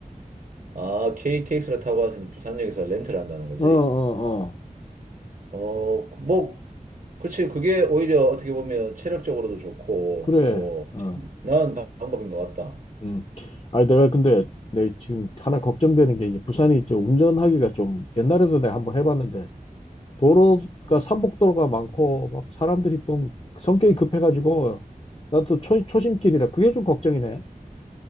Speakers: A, on the right; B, on the left.
A: 아, KTX를 타고 와서 이제 부산역에서 렌트를 한다는 거지.
B: 어, 어, 어.
A: 어, 뭐, 그치, 그게 오히려 어떻게 보면 체력적으로도 좋고,
B: 그래.
A: 뭐,
B: 어.
A: 나은 방법인 것 같다.
B: 음. 아니 내가 근데 내 지금 하나 걱정되는 게 이게 부산이 저 운전하기가 좀 옛날에도 내가 한번 해봤는데 도로가 산복도로가 많고 막 사람들이 좀 성격이 급해가지고 나도 초, 초심길이라 그게 좀 걱정이네.